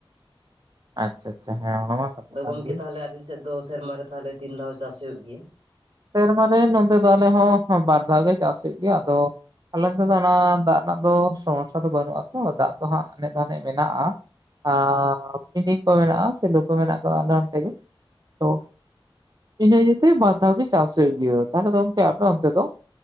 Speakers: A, on the right (about 45°); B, on the right (about 80°).
A: ᱟᱪᱪᱷᱟ ᱟᱪᱪᱷᱟ ᱦᱮᱸ ᱚᱱᱟ ᱢᱟ ᱠᱟᱛᱷᱟ
B: ᱟᱫᱚ
A: ᱠᱟᱱ
B: ᱜᱚᱢᱠᱮ
A: ᱜᱮ
B: ᱛᱟᱦᱚᱞᱮ ᱟᱵᱤᱱ ᱥᱮᱫ ᱫᱚ ᱥᱮᱨᱢᱟᱨᱮ ᱛᱟᱦᱚᱞᱮ ᱛᱤᱱ ᱫᱷᱟᱣ ᱪᱟᱥ ᱦᱩᱭᱩᱜ ᱜᱮᱭᱟ
A: ᱥᱮᱨᱢᱟ ᱨᱮ ᱱᱚᱛᱮ ᱫᱚ ᱟᱞᱮ ᱦᱚᱸ ᱵᱟᱨ ᱫᱷᱟᱣ ᱜᱮ ᱪᱟᱥ ᱦᱩᱭᱩᱜ ᱜᱮᱭᱟ ᱟᱫᱚ ᱟᱞᱮ ᱚᱱᱛᱮ ᱫᱚ ᱚᱱᱟ ᱫᱟᱜ ᱨᱮᱱᱟᱜ ᱫᱚ ᱥᱚᱢᱚᱥᱟ ᱫᱚ ᱵᱟᱹᱱᱩᱜ ᱟᱛᱚ ᱫᱟᱜ ᱫᱚ ᱦᱟᱸᱜ ᱟᱱᱮᱡ ᱫᱷᱟᱱᱮᱡ ᱢᱮᱱᱟᱜ-ᱟ ᱟᱨ ᱢᱮᱱᱤᱠᱚ ᱢᱮᱱᱟᱜ-ᱟ ᱥᱮᱞᱩ ᱠᱚ ᱢᱮᱱᱟᱜ ᱟᱠᱟᱫᱟ ᱟᱞᱮ ᱱᱚᱛᱮ ᱜᱮ ᱛᱚ ᱤᱱᱟ ᱤᱭᱟᱹᱛᱮ ᱵᱟᱨᱫᱷᱟᱣ ᱜᱮ ᱪᱟᱥ ᱦᱩᱭᱩᱜ ᱜᱮᱭᱟ ᱛᱟᱦᱞᱮ ᱜᱚᱝᱠᱮ ᱟᱯᱮ ᱚᱱᱛᱮ ᱫᱚ